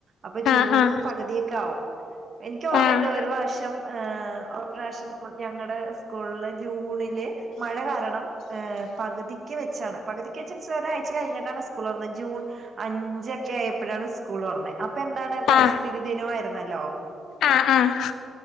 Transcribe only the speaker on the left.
ആഹ് ആഹ്
ആഹ്
ആഹ്
ആഹ് ആഹ്